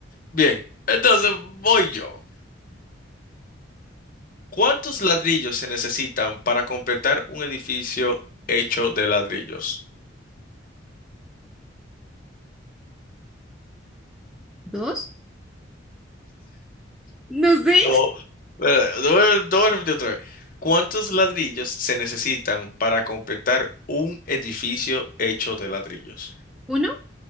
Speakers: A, on the left; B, in the centre.
A: Bien, entonces voy yo. ¿Cuántos ladrillos se necesitan para completar un edificio hecho de ladrillos?
B: ¿Dos? No sé.
A: No, eh, lo voy a lo voy a repetir otra vez. ¿Cuántos ladrillos se necesitan para completar un edificio hecho de ladrillos?
B: ¿Uno?